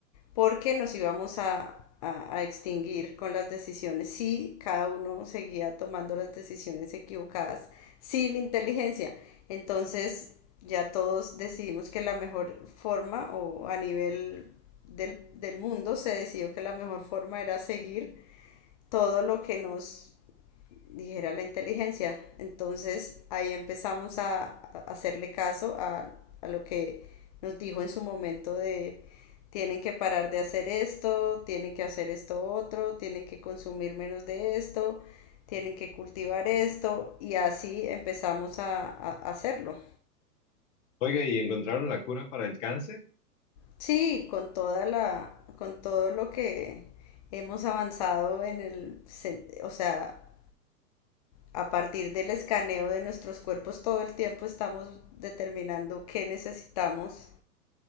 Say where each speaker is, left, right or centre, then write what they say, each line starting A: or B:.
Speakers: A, on the left (about 25°); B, on the left (about 45°).
A: porque nos íbamos a, a- a extinguir con las decisiones si cada uno seguía tomando las decisiones equivocadas sin inteligencia. Entonces ya todos decidimos que la mejor forma o a nivel del, del mundo se decidió que la mejor forma era seguir todo lo que nos dijera la inteligencia. Entonces ahí empezamos a, a hacerle caso a, a, lo que nos dijo en su momento de tienen que parar de hacer esto, tienen que hacer esto otro, tienen que consumir menos de esto, tienen que cultivar esto y así empezamos a, a hacerlo.
B: Oiga, ¿y encontraron la cura para el cáncer?
A: Sí, con toda la, con todo lo que hemos avanzado en el, o sea, a partir del escaneo de nuestros cuerpos todo el tiempo estamos determinando qué necesitamos